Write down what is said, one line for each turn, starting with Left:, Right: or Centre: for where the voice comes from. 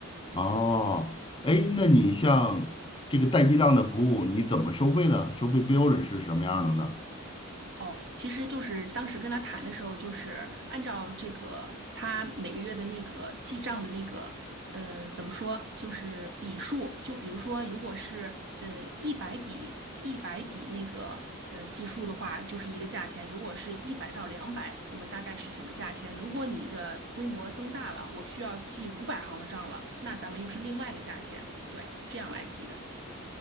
Left: 哦，哎，那你像这个代记账的服务，你怎么收费的？收费标准是什么样的呢？
Right: 哦，其实就是当时跟他谈的时候，就是按照这个他每个月的那个记账的那个，呃，怎么说，就是笔数，就比如说，如果是呃一百笔一百笔那个呃计数的话，就是一个价钱；如果是一百到两百，我们大概是什么价钱？如果你的规模增大了，我需要记五百行的账了，那咱们又是另外一个价钱，对，这样来记的。